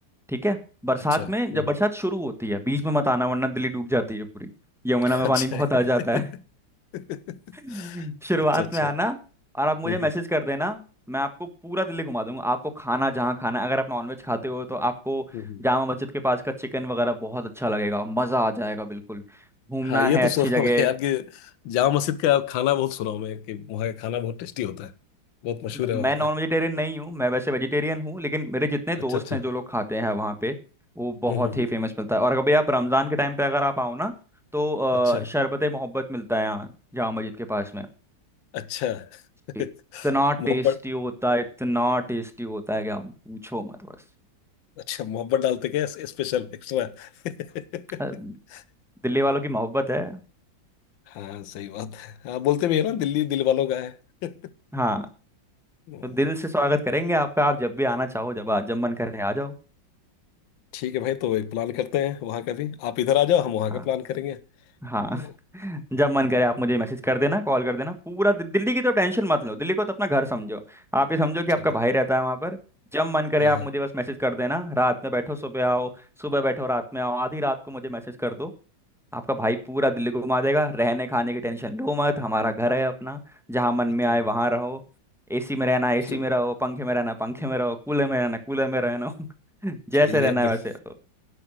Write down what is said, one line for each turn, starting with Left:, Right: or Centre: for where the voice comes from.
Centre: ठीक है बरसात
Left: अच्छा
Centre: में
Left: हम्म
Centre: जब बरसात शुरू होती है बीच में मत आना वरना दिल्ली डूब जाती है पूरी यमुना
Left: अच्छा
Centre: में पानी
Left: है
Centre: बहुत आ जाता है
Left: <laughs>
Centre: <laughs> शुरुआत
Left: अच्छा अच्छा
Centre: में आना और आप मुझे
Left: हम्म
Centre: मैसेज
Left: हम्म
Centre: कर देना मैं आपको पूरा दिल्ली घुमा दूंगा आपको खाना जहाँ खाना है अगर आप नॉनवेज खाते हो तो आपको
Left: हम्म।
Centre: जामा मस्जिद के पास का चिकन वगैरह बहुत अच्छा लगेगा मज़ा आ जाएगा बिल्कुल घूमना
Left: हाँ ये
Centre: है
Left: तो सुना
Centre: अच्छी जगह
Left: मैं यार कि जामा मस्जिद का खाना बहुत सुना हूं मैं कि वहाँ का खाना बहुत टेस्टी होता है बहुत मशहूर
Centre: द-
Left: है
Centre: मैं
Left: वहाँ का
Centre: नॉन वेजिटेरियन नहीं हूँ मैं वैसे वेजिटेरियन हूँ लेकिन मेरे जितने दोस्त
Left: अच्छा अच्छा
Centre: हैं जो लोग खाते हैं वहाँ पे वो बहुत
Left: हम्म हम्म
Centre: ही
Left: हम्म।
Centre: फेमस मिलता है और कभी आप रमज़ान के टाइम पे अगर आप आओ ना तो अ,
Left: अच्छा
Centre: शरबत मोहब्बत मिलता है यहाँ जामा मस्जिद के पास में
Left: अच्छा <laughs>
Centre: इतना
Left: मोहब्बत
Centre: टेस्टी होता है इतना टेस्टी होता है कि आप पूछो मत बस
Left: अच्छा मोहब्बत डालते क्या स्पेशल एक्स्ट्रा <laughs>
Centre: अ, दिल्ली वालों की मोहब्बत है
Left: हाँ सही बात है। हाँ बोलते भी है ना दिल्ली दिल वालों का है <laughs>
Centre: हाँ
Left: हम्म,
Centre: तो दिल से स्वागत करेंगे आपका आप जब भी आना चाहो जब आ- जब मन करे आ जाओ
Left: ठीक है भाई तो एक प्लान करते हैं वहां का भी आप इधर आ जाओ हम वहां
Centre: हाँ।
Left: का प्लान करेंगे
Centre: हाँ
Left: तो
Centre: <laughs> जब मन करे आप मुझे मैसेज कर देना कॉल कर देना पूरा दि- दिल्ली की तो टेंशन मत लो दिल्ली को तो अपना घर समझो आप ये समझो कि
Left: चलो
Centre: आपका भाई रहता है वहां पर जब मन करे
Left: हाँ
Centre: आप
Left: हाँ
Centre: मुझे बस मैसेज कर देना रात में बैठो सुबह आओ सुबह बैठो रात में आओ आधी रात को मुझे मैसेज कर दो आपका भाई पूरा दिल्ली को घुमा देगा रहने खाने की टेंशन लो मत हमारा घर है अपना जहाँ मन में
Left: चलो
Centre: आए वहां रहो एसी में रहना एसी
Left: चलो
Centre: में रहो पंखे में रहना पंखे में रहो कूलर में रहना कूलर में रहना <laughs> जैसे
Left: चलो, ये
Centre: रहना
Left: बड़ी
Centre: है वैसे